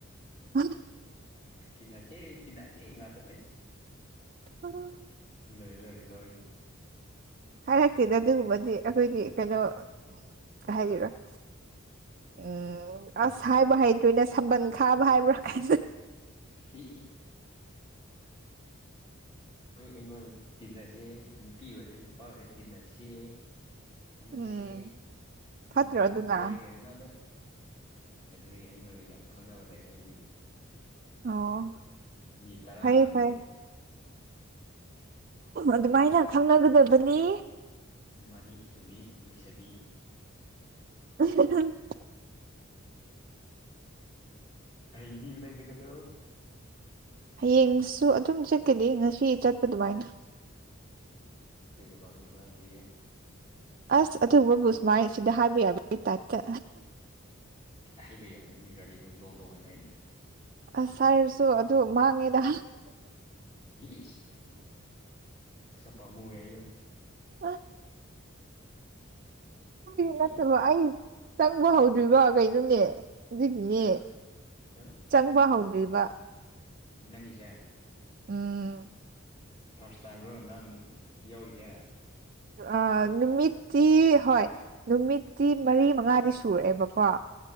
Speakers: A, on the right; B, on the left.
A: ꯍꯥ
B: ꯇꯤꯟꯅꯁꯦ ꯇꯤꯟꯅꯁꯦ ꯑꯩ ꯉꯥꯗ ꯑꯩꯁ
A: ꯎꯝ
B: ꯂꯣꯏꯔꯦ ꯂꯣꯏꯔ ꯇꯧꯔꯤ
A: ꯍꯥꯏꯔꯛꯇꯦꯗ ꯑꯗꯨꯒꯨꯝꯕꯗꯤ ꯑꯩꯈꯣꯏꯗꯤ ꯀꯩꯅꯣ ꯎ ꯍꯥꯏꯔꯤꯕ ꯎꯝ
B: ꯑꯥ
A: ꯑꯁ ꯍꯥꯏꯕ꯭ꯔꯣ ꯍꯩꯇꯣꯏꯅꯦ ꯁꯝꯕꯜ ꯈꯥꯕ ꯍꯥꯏꯕ꯭ꯔꯥ ꯈ
B: ꯍ ꯍꯣꯏ ꯑꯩ ꯑꯣꯏꯔꯗꯤ ꯇꯤꯟꯅꯁꯦ ꯅꯨꯄꯤ ꯑꯣꯏꯔ ꯅꯨꯄꯥ ꯑꯣꯏꯔꯦ ꯇꯤꯟꯗꯁꯦ ꯅꯪꯅ
A: ꯎꯝ
B: ꯁꯤ ꯅ
A: ꯐꯠꯇ꯭ꯔꯣ
B: ꯃꯄꯨꯟꯁꯦ
A: ꯑꯗꯨꯅ
B: ꯀꯩꯅꯣ ꯉꯗ ꯑꯗꯨꯗꯒꯤ ꯑꯩꯉꯣꯟꯗ ꯌꯥꯝ ꯈꯪꯅꯕ ꯂꯩꯔꯦ ꯑꯩꯗꯤ
A: ꯑꯣ
B: ꯃꯤ ꯇꯔꯥ
A: ꯐꯩꯌꯦ
B: ꯑꫭꯏꯔꯝꯅꯤ
A: ꯐꯩ ꯑꯗꯨꯃꯥꯏꯅ ꯈꯪꯅꯒꯗꯕꯅꯤ
B: ꯃꯥꯅꯤ ꯆꯨꯝꯃꯤ ꯂꯩꯁꯥꯕꯤ
A: <unintelligible>
B: ꯍꯌꯦꯡꯗꯤ ꯀꯗꯥꯏ ꯆꯠꯒꯗ꯭ꯔꯣ
A: ꯍꯌꯦꯡꯁꯨ ꯑꯗꯨꯝ ꯆꯠꯀꯅꯤ ꯉꯁꯤ ꯆꯠꯄ ꯑꯗꯨꯃꯥꯏꯅ
B: ꯀꯩ ꯊꯕꯛꯅꫭꯁꯨ ꯍꯥꯏꯗꯦ
A: ꯑꯁ ꯑꯊꯕꯕꯨ ꯁꯨꯃꯥꯏꯅ ꯁꯤꯗ ꯍꯥꯏꯕ ꯌꯥꯕꯒꯤ ꯇꯥꯏꯞꯇ
B: ꯍꯥꯏꯕ ꯌꯥꯏꯅꯦ ꯃꯤ ꯈꯔꯗꯤ ꯑꯗꯨꯝ ꯗꯣꯡ ꯗꯣꯡ ꯍꯥꯏꯅꯩꯗ
A: ꯑꯁ ꯍꯥꯏꯔꯁꯨ ꯑꯗꯨ ꯃꯥꯡꯉꯦꯗ
B: ꯏꯁ ꯄꯩꯁꯥ ꯄꯥꯃꯨꯋꯦ ꯍꯥꯏꯌꯨ
A: ꯑ ꯁꯤ ꯅꯠꯇꯕ
B: ꯏ
A: ꯑꯩ ꯆꯪꯕ ꯍꯧꯗ꯭ꯔꯤꯕ ꯀꯩꯅꯣꯅꯦ ꯑꯗꯨꯒꯤꯅꯦ
B: ꯀꯩꯕ ꯀꯩꯕ
A: ꯆꯪꯕ ꯍꯧꯗ꯭ꯔꯤꯕ
B: ꯅꯪꯉꯤꯁꯦ
A: ꯎꯝ
B: ꯐꯥꯔꯁ ꯇꯥꯏꯝꯔꯣ ꯅꯪ ꯌꯧꯔꯤꯁꯦ
A: ꯑ ꯅꯨꯃꯤꯠꯇꯤ ꯍꯣꯏ ꯅꯨꯃꯤꯠꯇꯤ ꯃꯔꯤ ꯃꯪꯉꯥꯗꯤ ꯁꯨꯔꯦꯕꯀꯣ